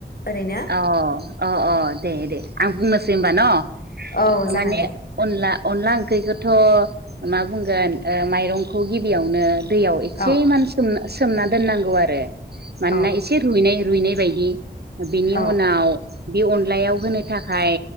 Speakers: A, on the left; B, on the right.
A: ओरैनो
B: अ। अ अ दे दे आं बुंनोसै होनबा न'?
A: औ जागोन
B: माने
A: दे
B: अनला अनला ओंख्रिखौथ' मा बुंगोन ओ माइरंखौ गिबियावनो दैयाव एसे
A: औ
B: मान सोमना सोमना दोननांगौ आरो। मानोना
A: औ
B: एसे रुइनाय रुइनाय बायदि। बिनि
A: औ
B: उनाव- बे अनलायाव होनो थाखाय